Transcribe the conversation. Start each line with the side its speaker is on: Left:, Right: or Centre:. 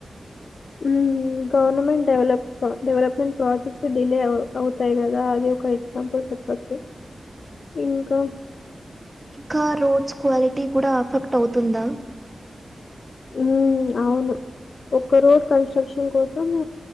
Left: మ్ మ్ government develop development project delay అవుతాయి కదా అది ఒక ఎగ్జాంపుల్ చెప్ పోచ్చు ఇంకా
Right: ఇంకా రోడ్స్ క్వాలిటీ కూడా అఫెక్ట్ అవుతుందా
Left: మ్ అవును ఒక్క రోడ్ కన్స్ట్రక్షన్ కోసం